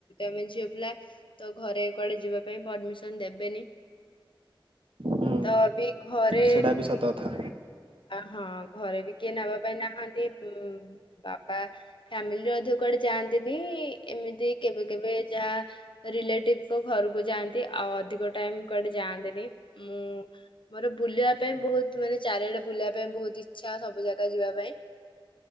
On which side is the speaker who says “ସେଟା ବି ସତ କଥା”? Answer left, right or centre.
Right